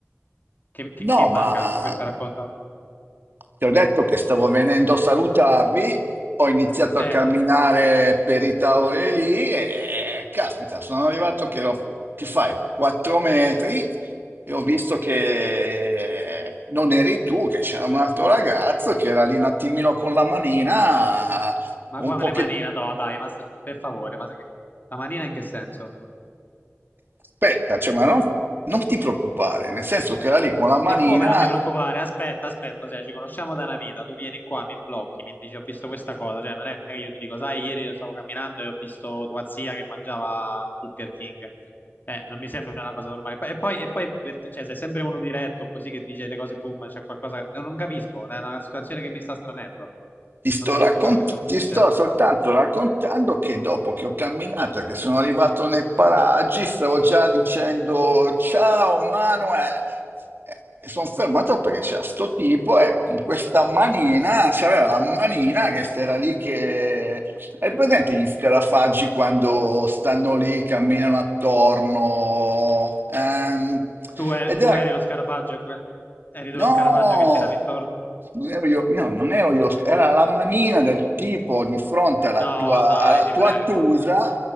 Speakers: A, on the left (about 40°); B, on the right (about 50°).
A: che, che- che
B: No,
A: manca
B: ma
A: in questo racconto?
B: ti ho detto che stavo venendo a salutarvi, ho iniziato
A: Eh,
B: a camminare per i tavoli lì e caspita, sono arrivato che, ero- che fai, 4 metri e ho visto che non eri tu, che c'era un altro ragazzo che era lì un attimino con la manina,
A: ma
B: un
A: quale
B: po' che...
A: manina, no, dai, ma sta- per favore, ma se- la manina in che senso?
B: Aspetta, cioè, ma non non ti preoccupare, nel senso che era lì con la manina...
A: E come non ti preoccupare? Aspetta, aspetta, cioè, ci conosciamo da una vita, tu vieni qua, mi blocchi, mi dici ho visto questa cosa, cioè non è che io ti dico, sai, ieri stavo camminando e ho visto tua zia che mangiava il Burger King. Eh, non mi sembra una cosa normale. E poi, e poi perché, cioè, sei sempre uno diretto così che dice le cose boom, c'è qualcosa, non capisco, è una situazione che mi sta stranendo.
B: Ti sto,
A: Non capisco
B: raccont-
A: quello che sta succedendo.
B: ti sto soltanto raccontando che dopo che ho camminato, e che sono arrivato nei paraggi, stavo già dicendo ciao Manuel. E sono fermato perché c'era sto tipo e con questa manina, c'aveva la manina che era lì che... Hai presente gli scarafaggi quando stanno lì, camminano attorno? Ehm,
A: Tu, eri
B: ed era
A: tu eri lo scarafaggio, in quel- eri tu
B: No,
A: lo scarafaggio che girava intorno.
B: non ero io, io non ero io, era la manina del tipo di fronte alla
A: No,
B: tua,
A: dai,
B: alla
A: ti
B: tua
A: prego.
B: Tusa